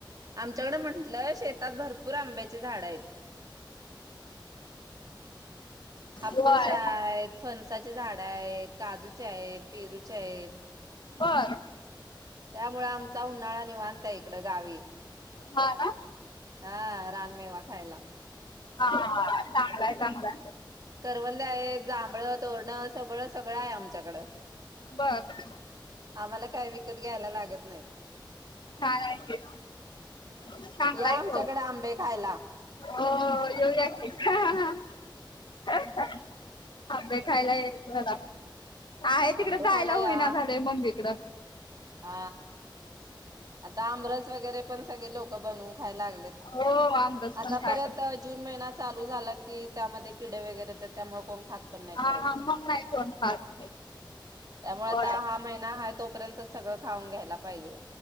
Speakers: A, on the right (about 45°); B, on the left (about 65°).
A: आमच्याकडं म्हटलं शेतात भरपूर आंब्याची झाडं आहेत <inaudible> हापूस
B: होय
A: आहेत, फणसाची झाडं आहेत. हेत काजूच्या आहेत, पेरूच्या आहेत
B: बरं
A: त्यामुळे आमचा उन्हाळा निवांत हाय इकडं गावी
B: हा ना
A: हा रानमेवा खायला.
B: हा चांगलाय चांगलाय
A: करवंद आहे, जांभळ, तोरण सगळं सगळं आहे आमच्याकडं
B: बर
A: आम्हाला काय विक <unintelligible> घ्यायला लागत. नाही
B: छान हाय की, चांगला
A: या
B: आहे
A: आमच्याकडे
B: की ओ
A: आंबे खायला
B: हो येऊया की हा हा हा! <unintelligible> आंबे खायला यायचं आहे तिकडं
A: आंबे
B: जायला
A: खायला
B: होईना
A: या
B: झालंय मम्मी कडं.
A: हा आता आमरस वगैरे पण सगळे लोकं बनवू काय लागलेत
B: हो आमरस
A: आता
B: पण खायला
A: परत जून महिना चालू झाला की त्यामध्ये किडे वैगरे येत्यात, त्यामुळे कोण खात पण नाहीत
B: हा
A: परत,
B: हा मग नाही कोण खात
A: त्यामुळे
B: होय
A: आता हा महिना हाय तो <unintelligible> सगळं. खाऊन घ्यायला पाहिजे,